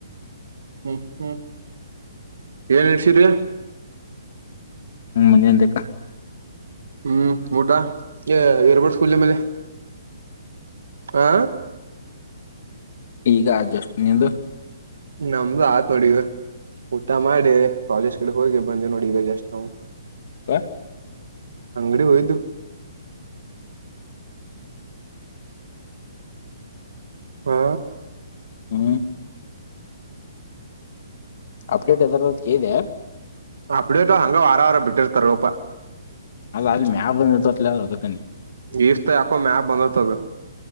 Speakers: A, on the right (about 80°); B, on the left (about 55°).
A: ಹ್ಮ್ ಹ್ಮ್ ಏನ್ ನಡಸಿರಿ
B: ಹ್ಮ್ ಮನಿಂದಕ
A: ಹ್ಮ್ ಊಟಾ ಇರ್ಬೋರ್ಟ್ ಸ್ಕೂಲ್ ಮೇಲೆ. ಹಾ.
B: ಈಗ ಆಯ್ತು ಜಸ್ಟ್ ನಿಂದು.
A: ನಮ್ದು ಆತ್ ನೋಡಿ ಈಗ ಊಟ ಮಾಡಿ ಕಾಲೇಜ್ ಕಡೆ ಹೋಗಿ ಬಂದ್ವಿ ನೋಡ ಈಗ ಜಸ್ಟ್ ನಾವು.
B: ಹ.
A: ಅಂಗಡಿ ಹೋಗಿದ್ವ. ಹಾ.
B: ಹ್ಮ್. ಅಪ್ಡೇಟ್ ಏದರದು ಅಂತಾ ಕೇಳಿದ್ಯಾ.
A: ಅಪ್ಡೇಟ್ಟ ಹಂಗ ವಾರ ವಾರ ಬಿಟ್ಟಿರ್ತಾರ ಹೋಪ.
B: ಅಲ್ಲ ಅಲ್ ಮ್ಯಾಗ ಬಂದ ನಿಂತೈತೆ ಅದು ಅದಕ್ಕೆ ಅಂದೇ.
A: ಗೀಷ್ಟ ಯಾಕೋ ಮ್ಯಾಕ ಬಂದತದು.